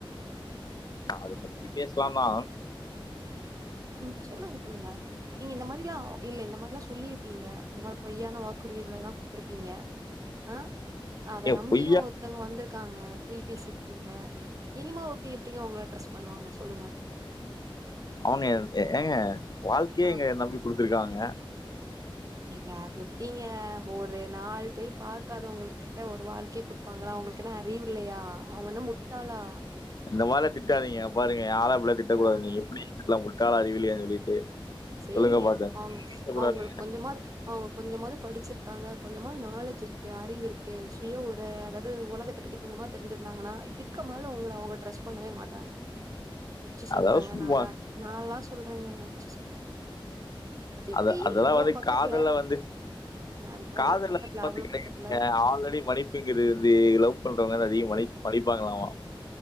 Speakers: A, on the left; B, on the right.
A: அ அத பத்தி பேசலா தா
B: ம் சொல்லுங்க சொல்லுங்க நீங்க இந்த மாரிலா இல்ல இந்த மாரிலா சொல்லிருக் ப்பீங்க இந்த மாரி பொய்யான வாக்குறுதிகளெல்லா குடுத்துருப்பீங்க ஆ அத
A: ஏ
B: நம்பியு
A: பொய்யா
B: ஒருத்தவங்க வந்துரு க்காங்க பொய் பேசிருப்பிங்க இனிமா எப்டி எப்டிங்க உங்கள ட்ரஸ்ட் பண்ணுவாங்க சொல்லுங்க
A: <unintelligible> ஏங்க வாழ்க்கயே
B: ஆ
A: எங்க என்ன நம்பி குடுத்துருக்காங்க
B: ஏங்க அது எப்டிங்க ஒரு நாள் பேய் பாக்காதவங்கள்க்கிட்ட ஒரு வாழ்க்கய குடுப்பாங்களா அவங்களுக் கு என்ன அறிவு இல்லயா அவங்கென்னா முட் ட்டாளா
A: இந்த மாரிலா திட்டாதீங்க பாருங்க ஆள இப்புலா திட்டக்கூடாது
B: ஆ.
A: நீங்க எப்டி எல்லா முட்டாளா அறிவில்லையானு சொல்லிட்டு
B: சேரிங்க
A: சொல்லுங்க பாக்க
B: அவங்க
A: திட்டக்கூடாது
B: அவங்ளுக்கு கொஞ்சமாது அவங் கொஞ்சமாவது படிச்சிருக்காங்க கொஞ்சமாது நாலேஜ் இருக்கு அறிவுருக் க்கு சுய ஒரு அதாவது உலகத்த பத்தி கொஞ்சமா தெரிஞ்சிருந்தாங்கன்னா இதுக்கு மேல உங்கள அவுங்க ட்ரஸ்ட் பண்ணவே மாட்டாங்க அடிச்சு சொல்றேங்க
A: அதாவது சும்மா
B: நால நா‌லா சொல்றேங்கங்க அச்சு சொல்றே அது எப்டி
A: அத அதெல்லாம்
B: இவ்ளோ
A: வந்து
B: பக்கத்துல
A: வந்து
B: அ
A: காதல்ல
B: அ பக்கத்துல அவ்ளோ
A: <inaudible>
B: பக்கத்துல
A: ஆல்ரெடி மன்னிப்புங்கிறது வந்து லவ் பண்றவங்க நெறைய மனி மன்னிப்பாங்கலாமா